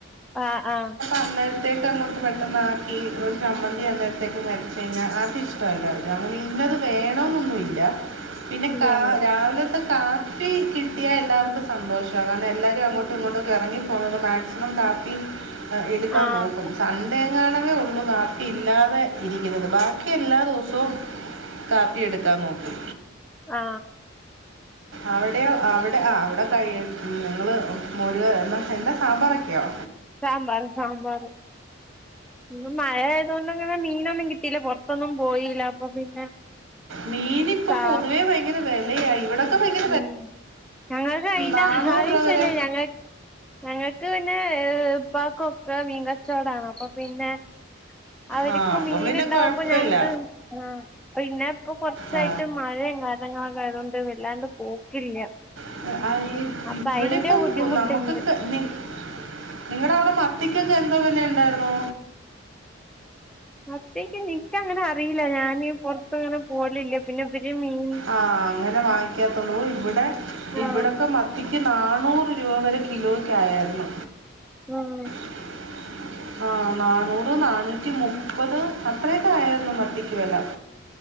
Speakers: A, in the centre; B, on the right.
A: ആഹ ആഹ
B: അന്നേരത്തേക്ക് അങ്ങോട്ട് പെട്ടെന്ന് ആക്കി ഒരു ചമ്മന്തി അന്നേരത്തേക്ക് മതി പിന്നെ അത് ഇഷ്ടമല്ലാ <unintelligible> ഇന്നത് വേണന്നൊന്നുമില്ല പിന്നെ
A: ഇല്ലല്ല
B: കാ രാവിലത്തെ കാ കാപ്പി കിട്ടിയാ എല്ലാവർക്കും സന്തോഷമാണ് കാരണം എല്ലാരും അങ്ങോട്ടും ഇങ്ങോട്ടുംക്കെ ഇറങ്ങി പോന്നത് മാക്സിമം കാപ്പി എടുക്കാൻ
A: ആഹ്
B: നോക്കും സൺ‌ഡേ എങ്ങനും ഒള്ളു കാപ്പി ഇല്ലാതെ ഇരി ബാക്കി എല്ലാ ദിവസവും കാപ്പി എടുക്കാൻ നോക്കി
A: ആ
B: അവിടെയോ അവിടെ ആ അവിടെ ക നിങ്ങൾ മോരുകറി എന്താ സാമ്പാറൊക്കെയോ
A: സാമ്പർ സാമ്പാർ ഇന്ന് മഴ ആയതൊണ്ട് ഇങ്ങനെ മീനൊന്നും കിട്ടീയില്ല പുറത്തൊന്നും പോയില്ല അപ്പൊ പിന്നെ
B: മീൻ ഇപ്പം
A: സാ
B: പൊതുവേ ഭയങ്കര വിലയായി ഇവിടെക്കെ ഭയകര
A: ഉം ഞങ്ങൾക്ക് കയിന്റെ
B: നാനൂറ്
A: ആവിശല്ലേ
B: രൂപ വരെ
A: ഞങ്ങൾ ഞങ്ങൾക്ക് പിന്നെ ഉപ്പാക്കൊക്കെ മീൻകച്ചോടാണ് അപ്പൊ പിന്നെ അവർക്ക്
B: ആ അപ്പം
A: മീൻ
B: പിന്നെ
A: ഉണ്ടാവുമ്പോ
B: കുഴപ്പമില്ല
A: ഞങ്ങക്ക് ആ പിന്നെ ഇപ്പൊ കൊറച്ചായിട്ട്
B: ആ,
A: മഴയും കാരങ്ങളൊക്കെ ആയതൊണ്ട് വല്ലാണ്ട് പോക്കില്ല
B: <unintelligible>
A: അപ്പൊ
B: ഇവിടെപ്പം
A: അയിന്റെ ബുദ്ധിമുട്ടുണ്ട്
B: നമുക്ക് <unintelligible> നിങ്ങളുടെ അവിടെ മത്തിക്കൊക്കെ എന്തോ വിലുണ്ടായിരുന്നോ
A: മത്തിക്ക്, നിനിക്ക അങ്ങനെ, അറിയില്ല ഞാന്, പൊറത്ത അങ്ങനെ, പോലില്ല, പിന്നെ ഇതി മീൻ
B: ആഹ്, അങ്ങനെ വാങ്ങിക്കാത്തുള്ളൂ, ഇവിടെ
A: ആഹ്
B: ഇവിടെക്കെ ത്തിക്ക്, നന്നൂറ് രൂപ വരെ, കിലോയ്ക്കായരുന്നു.
A: ഉം.
B: <inaudible> ആഹ് ന്നാന്നൂറ് ന്നാനൂറ്റി മുപ്പത് അത്രേക്കായിര്ന്നു മത്തിക്ക് വെല.